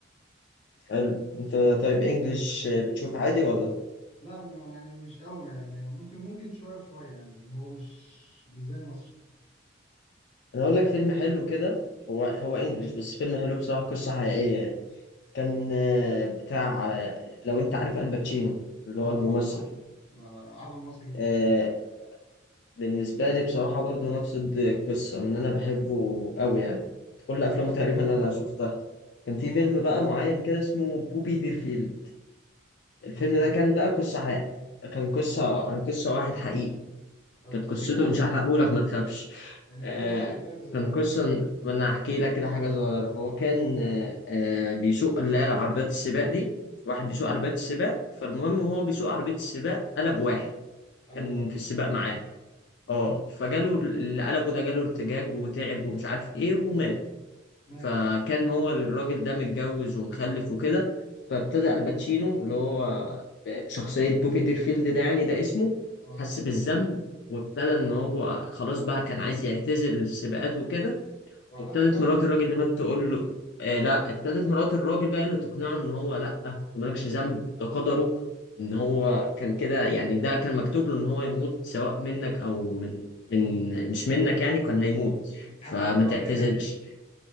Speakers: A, on the left; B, on the left.
A: حلو انت طيب انجلش بتشوف عادي ولا
B: لا ما يعني مش قوي يعني ممكن ممكن شويه وشويه يعني اللي هو مش مش زي المصري
A: انا اقول لك فيلم حلو كده هو هو انجلش بس فيلم حلو بصراحة قصة حقيقية يعني. كان آه، بتاع آه، لو انت عارف الباتشينو اللي
B: اه
A: هو الممثل
B: طبعا عارف آه، اعظم مصري جه في التاريخ
A: آه،
B: يعني
A: بالنسبة لي بصراحة برضه نفس القصة إن أنا بحبه أوي يعني كل
B: مم.
A: أفلامه تقريبا أنا شفتها كان في
B: هو
A: فيلم
B: جامد
A: بقى معين كده اسمه بوبي ديرفيلد الفيلم
B: ده بسمع
A: ده كان بقى قصة حقيقية كان قصة عن قصة واحد حقيقي
B: طب
A: كانت
B: احكي
A: قصته
B: لي كده عنه
A: مش هحرقهولك ما تخافش
B: يعني احكي
A: آه
B: لي بس احكي لي حته صغيره
A: كان قصة ما أنا هحكي لك كده حاجة صغيرة هو كان آه آه، بيسوق اللي هي عربيات السباق دي واحد بيسوق عربيات السباق فالمهم هو بيسوق عربية السباق قلب واحد
B: قلب
A: كان
B: واحد
A: في السباق معاه
B: تمام
A: اه فجاله اللي قلبه ده جاله ارتجاج وتعب ومش عارف ايه ومات
B: مات
A: فكان هو الراجل ده متجوز ومخلف وكده فابتدى الباتشينو اللي هو بشخصية بوبي ديرفيلد ده يعني ده اسمه
B: اه
A: حس بالذنب وابتدى ان هو خلاص بقى كان عايز يعتزل السباقات وكده
B: واعتذر
A: وابتدت
B: فعلا
A: مرات الراجل اللي مات تقول له آه لا ابتدت مرات الراجل بقى اللي تقنعه ان هو لا ده مالكش ذنب ده قدره ان هو
B: اه
A: كان كده يعني ده كان مكتوب له ان هو يموت سواء منك او من من مش منك يعني كان هيموت
B: عايز
A: فما
B: ترجعه
A: تعتزلش
B: تاني يعني ايه